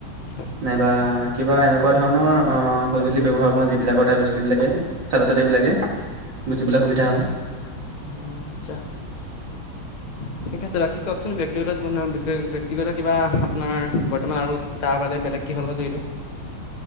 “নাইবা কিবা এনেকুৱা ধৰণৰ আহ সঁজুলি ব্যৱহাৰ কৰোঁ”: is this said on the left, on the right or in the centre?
Right